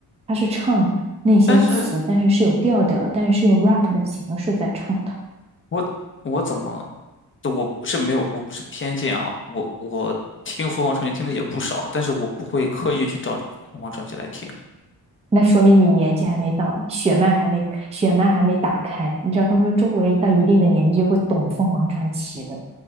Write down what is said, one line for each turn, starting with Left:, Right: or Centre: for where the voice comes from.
Right: 他是唱那些词，
Left: 但是
Right: 但是是有调调的，但是是用 rap 的形式在唱的。
Left: 我我怎么，我不是没有，我不是偏见啊，我我听凤凰传奇听的也不少，但是我不会刻意去找凤凰传奇来听。
Right: 那说明你年纪还没到，血脉还没血脉还没打开。你知道，他们说中国人到一定的年纪就会懂凤凰传奇的。